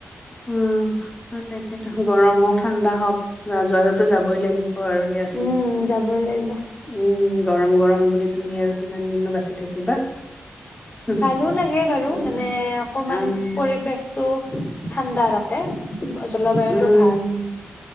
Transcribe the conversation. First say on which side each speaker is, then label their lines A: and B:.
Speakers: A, on the left; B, on the left.
A: উমেতো গৰম হওক ঠাণ্ডা হওক বা যোৱাটোতো যাবই লাগিব আৰু। আ
B: উম যাবই লাগিব
A: উম। গৰম গৰম বুলি তুমি আৰু কিমান দিননো বাচি থাকিবা। উম
B: ভালো লাগে বাৰু
A: উম
B: মানে অকমান
A: আহ,
B: পৰিৱেশতটো। ঠাণ্ডা তাতে জলবায়ুতটো
A: উম
B: ভাল।